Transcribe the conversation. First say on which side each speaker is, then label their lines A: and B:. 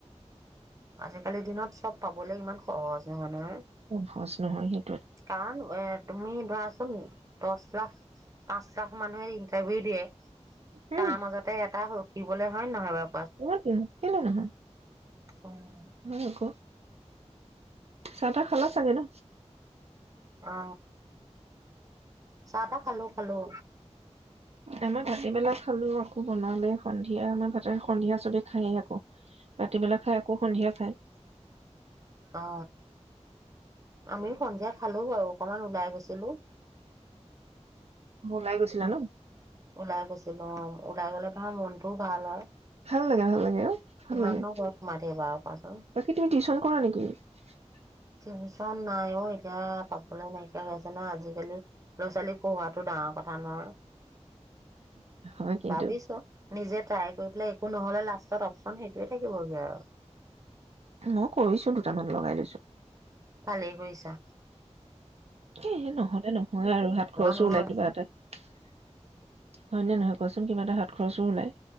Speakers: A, on the right; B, on the right.
A: আজিকালি দিনত চব পাবলে ইমান অ যি মানুহে
B: সহজ নহয় সেই
A: কাৰণ এ তুমি ধৰাচোন দশ লাখ পাঁচ লাখ মানুহে ইন্টাৰভিউ দিয়ে
B: উম
A: তাৰ মাজতে এটা দিবলে হয় নহয় বাও
B: উ টো কেলে নহয়
A: উম।
B: হয় আক চাহ খা খালা ছাগে ন
A: অ চাহ তাহ খালো খালো
B: আমাৰ ভাতিবেলা খালো আকৌ বনালে সন্ধিয়া আমাৰ ভাটাৰ সন্ধিয়া চবে খায়েই আকৌ ভাতিবেলা খাই আকৌ সন্ধিয়া খাই
A: অ আমিও সন্ধিয়া খালো বাৰু অকমান ওলাই গৈছিলো
B: ওলাই গৈছিলা ন
A: ওলাই গৈছিলো অ ওলাই গলে ত মনটোও ভাল হয়
B: ভাল লাগে ভাল লাগে অ ভাল
A: কিমাননো
B: লাগে
A: ঘৰত সোমাই থাকিবা আৰু কোৱাচোন।
B: বাকী তুমি টিউশন কৰা নেকি <unintelligible>
A: টচন নাই অ এতিয়া পাবলৈ নাইকিয়া হৈ আছে না আজিকালি ল' ছোৱালী পঢ়াতটো ডাঙৰ কথা নহয়
B: হয় কিন্তু
A: ভাবিছো নিজে তাই গৈ পেলাই একো নহলে লাষ্টত অপচন সেইটোোৱে থাকিবগে আৰু
B: মই কৰিছো দুটামান লগাই লৈছো
A: ভালেই কৰিৈছা
B: এ নহলে নহয়ে আৰু হাত খৰচো
A: নহয়
B: ওলাই কিবা এটা হয় নে নহয় কোৱাচোন কিবা এটা হাত খৰচো ওলায়